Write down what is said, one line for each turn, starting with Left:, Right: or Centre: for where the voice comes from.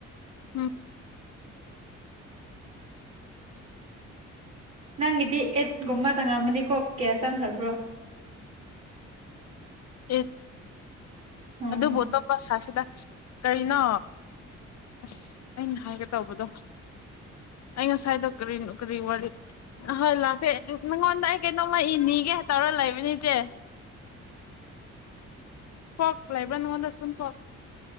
Left: ꯎꯝ
Right: ꯅꯪꯒꯤꯗꯤ ꯑꯦꯠꯒꯨꯝꯕ ꯆꯪꯉꯔꯝꯃꯅꯤꯀꯣ ꯀꯌꯥ ꯆꯪꯈ꯭ꯔꯕ꯭ꯔꯣ
Left: ꯑꯦ
Right: ꯑꯣ
Left: ꯑꯗꯨꯕꯣ ꯑꯇꯣꯄ ꯁꯁꯤꯗ ꯀꯔꯤꯅꯣ ꯑꯁ ꯑꯩꯅ ꯍꯥꯏꯒꯦ ꯇꯧꯕꯗꯣ ꯑꯩ ꯉꯁꯥꯏꯗꯣ ꯀꯔꯤꯅꯣ ꯀꯔꯤ ꯋꯥꯔꯤꯍꯣꯏ ꯂꯥꯛꯀꯦ ꯅꯪꯉꯣꯟꯗ ꯑꯩ ꯀꯩꯅꯣꯝꯃ ꯏ ꯅꯤꯒꯦ ꯍꯥꯏ ꯇꯧꯔ ꯂꯩꯕꯅꯤ ꯏꯆꯦ ꯐꯣꯛ ꯂꯩꯕ ꯅꯉꯣꯟꯗꯨ